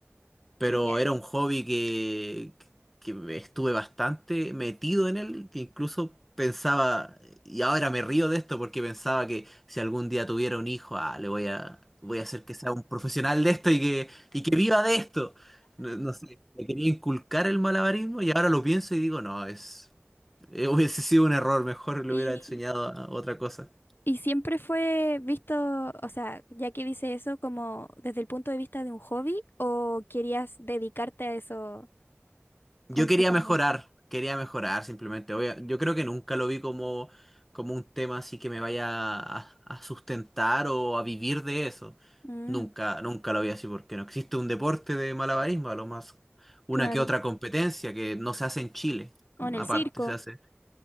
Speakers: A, in the centre; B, on the left (about 55°).
A: pero
B: ya.
A: era un hobby que, que me estuve bastante metido en él, que incluso pensaba, y ahora me río de esto porque pensaba que si algún día tuviera un hijo, ah, le voy a, voy a hacer que sea un profesional de esto y que, y que viva de esto. No, no sé, me quería inculcar el malabarismo y ahora lo pienso y digo, no, es, eh, hubiese sido un error, mejor le
B: Y,
A: hubiera enseñado a otra cosa.
B: y siempre fue visto, o sea, ya que dice eso, como desde el punto de vista de un hobby o querías dedicarte a eso completamente.
A: Yo quería mejorar, quería mejorar simplemente. Obvia- yo creo que nunca lo vi como, como un tema así que me vaya a, a sustentar o a vivir de eso.
B: Mm,
A: Nunca, nunca lo vi así porque no existe un deporte de malabarismo, a lo más una
B: claro.
A: que otra competencia que no se hace en Chile,
B: O en el
A: aparte,
B: circo.
A: se hace.